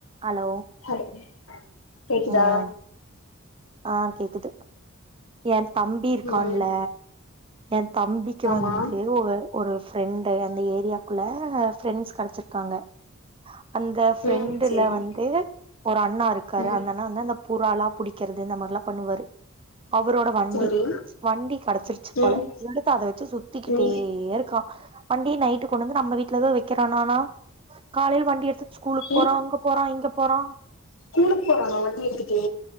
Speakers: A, on the right; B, on the left.
A: Hello
B: hello கேக்குதா
A: ம் ஆ கேக்குது என் தம்பி இருக்கான்ல
B: ம்
A: எ தம்பிக்கு
B: ஆமா
A: வந்து ஒ ஒரு ஃப்ரெண்டு் அந்த ஏரியாக்குள்ள ப்ரெண்ட்ஸ் கெடச்சிருக்காங்க அந்த ஃப்ரெண்டுல
B: ம் சேரி
A: வந்து ஒரு அண்ணா இருக்காரு
B: ம்
A: அந்த அண்ணா வந்தந்த பூராலா புடி க்கிறது இந்த மார்லா பண்ணுவாரு அவரோட வண்டி
B: சரி
A: வண்டி கெடச்சிருச்சு போல
B: ம்
A: எடுத்து அத வச்சு சுத்திக்கிட்டே
B: ம் ம்
A: இருக்கா வண்டிய நைட்டு கொண்னந்து நம்ம வீட்லதா வைக்கிற தானானா காலையில் வண்டி எடுத்து
B: <unintelligible>
A: ஸ்கூலுக்கு போறா அங்க போறா இங்க போறா
B: ஸ்கூலுக் போறானா வண்டி எடுத்துட்டு